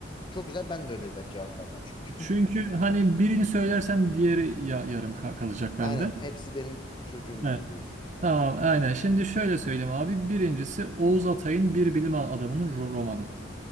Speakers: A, on the left (about 25°); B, on the right (about 40°).
A: çok güzel ben de öyle bir cevap vereceğim çünkü.
B: Çünkü hani birini söylersem diğeri ya, yarım ka- kalacak
A: <laughs>
B: bende.
A: Aynen hepsi benim çocuğum
B: Evet.
A: gibi diyorsun ya.
B: Tamam aynen. Şimdi şöyle söyleyeyim abi. Birincisi Oğuz Atay'ın Bir Bilim Adamı'nın ro- romanı.